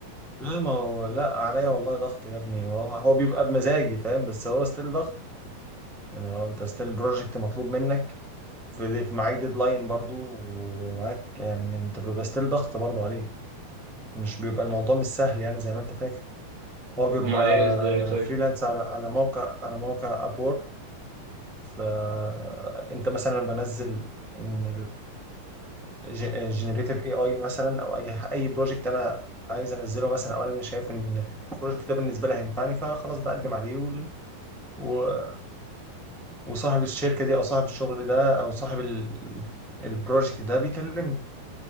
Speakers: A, in the centre; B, on the right.
A: لا ما هو لا عليا والله ضغط يا ابني هو هو بيبقى بمزاجي فاهم بس هو ستيل ضغط يعني هو انت ستيل بروجكت مطلوب منك في في معاك ديدلاين برضو ومعاك يعني انت بيبقى ستيل ضغط برضو عليه مش بيبقى الموضوع مش سهل يعني زي ما انت فاكر هو بيبقى
B: امال ايه ازاي طيب
A: فريلانس على على موقع على موقع اب فانت مثلا لما بنزل ان الجنريتيف اي اي مثلا او اي اي بروجكت انا عايز انزله مثلا او انا مش شايف ان البروجكت ده بالنسبه لي هينفعني فخلاص بقدم عليه وال- و- وصاحب الشركه دي او صاحب الشغل ده او صاحب ال- البروجكت ده بيكلمني